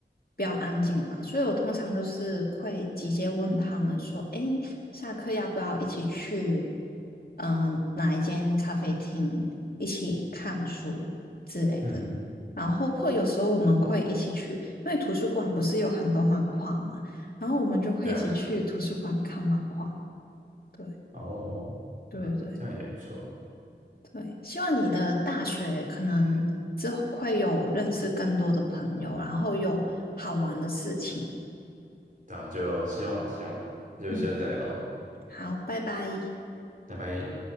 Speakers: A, on the left; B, on the right.
A: 比较安静嘛，所以我通常都是会直接问他们说：“诶，下课要不要一起去嗯、哪一间咖啡厅一起看书之类的？”然后或有时候我们会一起去，
B: 嗯，
A: 因为图书馆不是有很多漫画嘛，然后我们就会一起去图书馆看漫画。
B: 对啊，
A: 对
B: 哦，
A: 对对。
B: 嗯，这样也不错，
A: 对，希望你的大学可能之后会有认识更多的朋友，然后有好玩的事情。
B: 对啊，就希望希望，那就下次再聊，
A: 嗯，好，拜拜。
B: 拜拜。